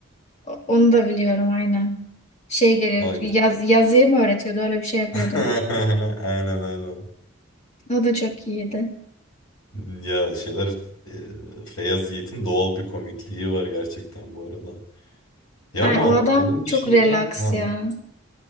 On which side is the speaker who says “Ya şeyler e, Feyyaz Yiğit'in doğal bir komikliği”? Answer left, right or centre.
Left